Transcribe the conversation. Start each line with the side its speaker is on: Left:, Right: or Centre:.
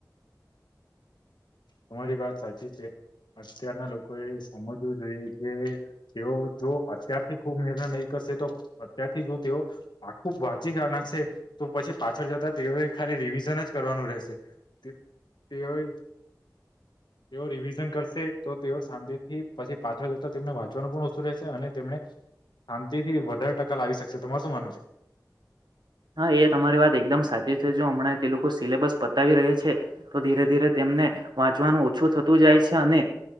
Left: તમારી વાત સાચી છે અત્યારના લોકોએ સમજવું જોઈએ કે તેઓ જો અત્યારથી ખુબ મહેનત નહીં કરે તો અત્યારથી જો તેઓ આખું વાંચી નાખશે તો પછી પાછળ જતા તેઓ ખાલી રિવિઝન જ કરવાનું રહેશે તેઓએ તેઓ રિવિઝન કરશે તો તેઓ શાંતિથી પછી પાછળ જતા તેમને વાંચવાનું પણ ઓછું રહેશે અને તેમને શાંતિ થી વધારે ટકા લાવી શકશે તમાર શું માનું છે
Right: હા એ તમારી વાત એકદમ સાચી છે જો હમણાં તે લોકો સિલેબસ પતાવી રહ્યા છે તો ધીરે ધીરે તેમને વાંચવાનું ઓછું થતું જાય છે અને